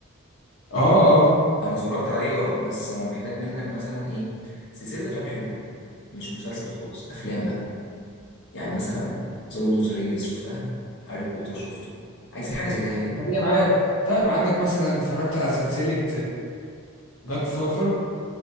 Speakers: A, on the left; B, on the left.
A: اه اه
B: انا اتفرجت عليه اه بس انا محتاج منك مثلا ايه سلسلة افلام حلوة مش مسلسل خالص افلام بقى يعني مثلا ذا لورد اوف ذا رينجز شفتها هاري بوتر شفته عايزين
A: أم،
B: حاجه زيها كده
A: انا جاي معايا طيب عندك مثلا اتفرجت على سلسلة جاد فاذر